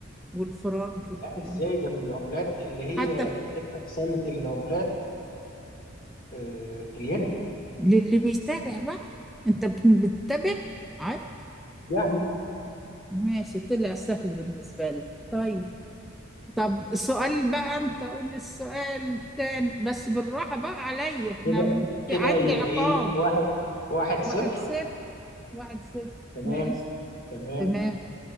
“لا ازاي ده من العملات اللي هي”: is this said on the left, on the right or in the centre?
Left